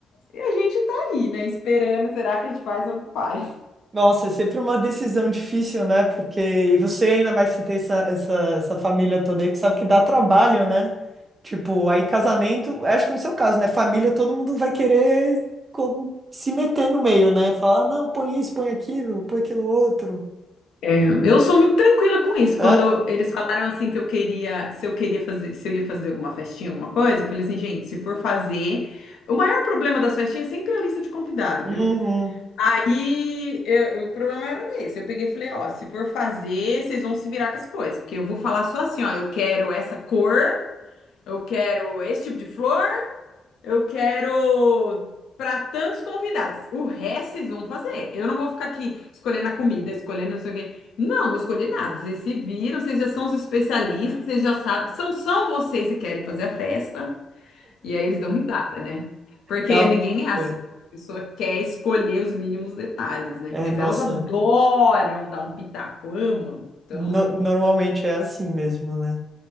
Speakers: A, on the left; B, on the right.
A: E a gente tá aí, né? Esperando, será que a gente faz ou não faz?
B: Nossa, é sempre uma decisão difícil, né? Porque e você ainda mais se tem essa, essa, essa família toda aí que sabe que dá trabalho, né? Tipo, aí casamento, acho que no seu caso, né? Família, todo mundo vai querer como, se meter no meio, né? Falar, "Ah, não, põe isso, põe aquilo, põe aquilo outro.
A: É, eu sou muito tranquila com isso.
B: Hã?
A: Quando eles falaram assim que eu queria, se eu queria fazer, se eu ia fazer alguma festinha, alguma coisa, eu falei assim, gente, se for fazer, o maior problema das festinhas é sempre a lista de convidado,
B: Uhum.
A: viu? Aí eu- o problema era esse. Eu peguei e falei, ó, se for fazer, vocês vão se virar com as coisas, porque eu vou falar só assim, ó, eu quero essa cor, eu quero esse tipo de flor eu quero para tantos convidados. O resto vocês vão fazer. Eu não vou ficar aqui escolhendo a comida, escolhendo não sei o quê. Não, vou escolher nada. Vocês se viram, vocês já são os especialistas, vocês já sabem. São só vocês que querem fazer a festa. E aí eles dão risada, né? Porque
B: Ah,
A: ninguém é assim.
B: É,
A: A pessoa quer escolher os mínimos detalhes, né?
B: é,
A: Mas
B: nossa,
A: elas adoram dar um pitaco, amam. Então,
B: no- normalmente é assim mesmo, né?